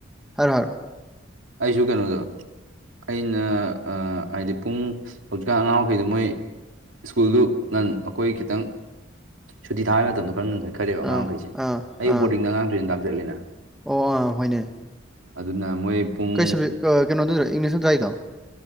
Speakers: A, in the centre; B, on the right.
A: ꯍꯥꯏꯔ‌ꯣ ꯍꯥꯏꯔꯣ
B: ꯑꯩꯖꯨ ꯀꯩꯅꯣꯗ‌ꯣ ꯑꯩꯅ ꯑꯥ ꯍꯥꯏꯗꯤ ꯄꯨꯡ ꯍꯧꯖꯤꯛꯀꯥꯟ ꯑꯉꯥꯡ ꯃꯈꯩꯗꯣ ꯃꯣꯏ ꯁ꯭ꯀꯨꯜꯗꯨ ꯅꯪ ꯑꯩꯈꯣꯏ ꯈꯤꯇꯪ ꯁꯨꯇꯤ ꯊꯥꯕ ꯃꯇꯝꯗꯣ ꯈꯔ ꯉꯟꯈꯠ ꯈꯜꯂꯦꯕ ꯑꯉꯥꯡ
A: ꯑꯥ
B: ꯃꯈꯩꯁꯦ
A: ꯑꯥ
B: ꯑꯩ
A: ꯑꯥ
B: ꯕꯣꯔꯗꯤꯡꯗ ꯑꯉꯥꯡ ꯇꯨꯏꯁꯟ ꯇꯥꯛ ꯆꯠꯂꯤꯅ
A: ꯑꯣ ꯑꯥ ꯍꯣꯏꯅꯦ
B: ꯑꯗꯨꯅ ꯃꯣꯏ ꯄꯨꯡ
A: ꯀꯩ ꯁꯕ‌ꯦꯛ ꯑꯥ ꯀꯩꯅꯣꯗꯨꯔꯥ ꯏꯪꯂꯤꯁ ꯅ ꯇꯥꯛꯏꯗ‌ꯣ